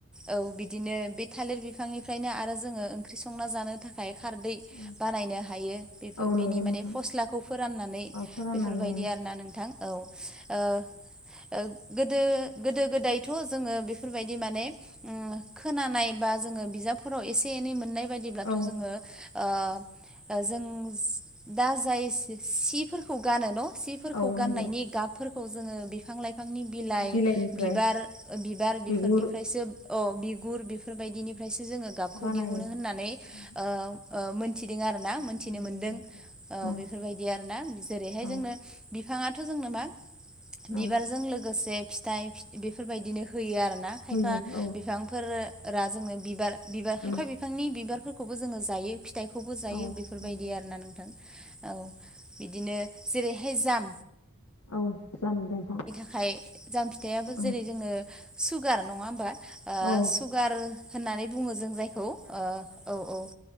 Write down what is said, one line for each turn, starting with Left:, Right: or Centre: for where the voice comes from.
Centre: औ बिदि बिदिनो बे थालिर बिफांनिफ्रायनो आरो जोङो ओंख्रि संना जानो थाखाय खारदै
Left: उम
Centre: बानायनो हायो बे
Left: औ
Centre: बेनि
Left: नंगौ नोंथां
Centre: माने फस्लाखौ फोराननानै
Left: औ फोराननानै
Centre: बेफोरबायदि आरो ना नोंथां औ ओ ओ गोदो गोदो गोदायथ' जोङो बेफोरबायदि माने ओम खोनानाय बा जोङो बिजाबफोराव एसे एनै मोननाय बायदिब्लाथ'
Left: औ
Centre: जोङो ओ‌ जों दा जाय सिफोरखौ गानो न' सिफोरखौ
Left: औ
Centre: गाननायनि
Left: नंगौ
Centre: गाबफोरखौ जोङो बिफां लाइफांनि बिलाइ
Left: बिलाइनिफ्राय
Centre: बिबार बिबार बिफोरनिफ्रायसो
Left: बिगुर
Centre: औ बिगुर बेफोरबायदिनिफ्रायसो जोङो गाबखौ
Left: बानायो
Centre: दिहुनो होननानै
Left: उम
Centre: ओ ओ मोनथिदों आरो ना मोनथिनो
Left: नंगौ
Centre: मोनदों
Left: नोंथां।
Centre: ओ
Left: उम
Centre: बेफोरबायदि आरोना जेरैहाय
Left: औ
Centre: जोंनो बि फाङाथ' जोंनो मा बिबारजों
Left: औ
Centre: लोगोसे फिथाइ बेफोरबायदिनो होयो आरोना खायफा
Left: होयो औ
Centre: बिफांफोरा जोंनो बिबार बिबार खायफा
Left: उम
Centre: बि फांनि बिबारफोरखौबो जोङो जायो फिथाइखौबो जायो
Left: औ
Centre: बेफोरबायदि
Left: नंगौ
Centre: आरोना नोंथां औ बिदिनो जेरैहाय जाम्
Left: औ जामोन दंफां
Centre: खाय जाम फिथाइयाबो जेरै
Left: उम
Centre: जोङो सुगार नङा होमबा ओ
Left: औ
Centre: सुगार होननानै बुङो जों जायखौ औ औ